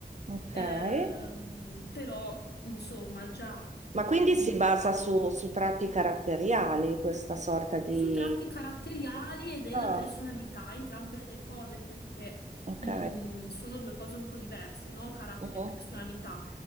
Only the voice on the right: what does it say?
ok.
Ma
quindi
si
basa su, su tratti caratteriali questa sorta di...
Ah,
ok.
Mhm.